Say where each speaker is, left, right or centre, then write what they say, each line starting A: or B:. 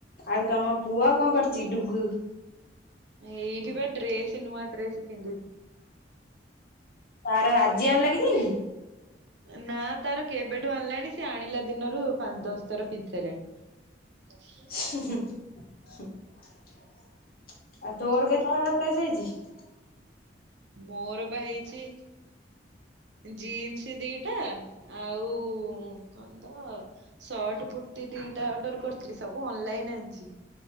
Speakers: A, on the left; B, on the right.
A: ଆଉ ତମ ପୁଅ କଣ କରୁଚି ଡୁଗୁ?
B: ଏଇଠି ବା ଡ୍ରେସ ନୂଆ ଡ୍ରେସ୍ ପିନ୍ଧୁଚି।
A: ତାର ଆଜି ଆଣିଲା ଦେଇ।
B: ନା ତାର କେବେଠୁ ଆଣିଲାଣି ସେ ଆଣିଲା ଦିନରୁ ପାଞ୍ଚ ଦଶ ଥର ପିନ୍ଧି ସାରିଲାଣି। <unintelligible>
A: ଆଉ ତୋର କେତେ ହଳ ଡ୍ରେସ ହେଇଚି?
B: ମୋର ବା ହେଇଚି ଜିନ୍ସ ଦିଟା ଆଉ କଣତ ସର୍ଟ କୁର୍ତ୍ତି ଦିଟା ଅର୍ଡର କରିଥିଲି ସବୁ ଅନଲାଇନ୍ ଆଣିଚି।